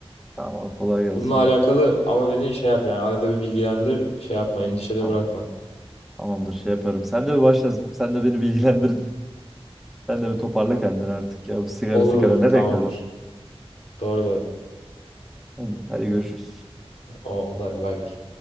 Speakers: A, in the centre; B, on the left.
A: tamam kolay
B: Bununla
A: gelsin.
B: alakalı ama beni şey yap yani arada bir bilgilendir. Şey yapma, endişede
A: Tamam.
B: bırakma.
A: Tamamdır şey yaparım. Sen de bir başla. Sen de beni bilgilendir. Sen de bir toparla kendini artık ya. Bu sigara
B: Olur
A: sigara
B: olur
A: nereye
B: tamamdır.
A: kadar?
B: Doğru da
A: Hadi, hadi görüşürüz.
B: oldu hadi bay bay.